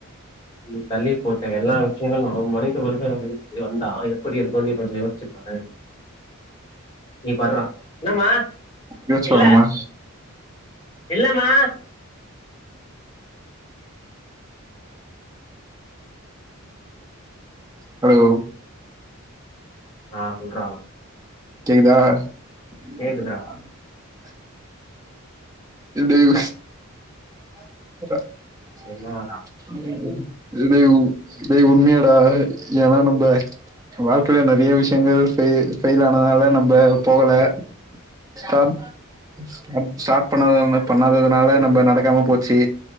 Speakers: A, on the left (about 20°); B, on the right (about 15°).
A: ம் தள்ளி போட்ட எல்லா விஷயங்களு மனித <unintelligible> வந்துட்டு வந்தா எப்டிருக்கு நீ கொஞ்சோ யோச்சு பாரு நீ பட்றா என்னமா
B: யோசிச்சு
A: இல்ல
B: பாக்கணுமா
A: இல்ல மா
B: ஹலோ
A: ஆ சொல்றா
B: கேக்குதா <inaudible>
A: கேக்குதுடா.
B: இப்டி <inaudible> <inaudible>
A: எல்லா
B: <inaudible> டேய் டேய் உன் உண்மையாடா ஏனா நம்ம வாழ்க்கைல நெறைய விஷயங்கள் ஃபெல் ஃபெயில் ஆனதுனால நம்ம போகல ஸ்டாப் ஸ்டாப் ஸ்டார்ட் பண்ணாத பண்ணாதனால நம்ம நடக்காம போச்சு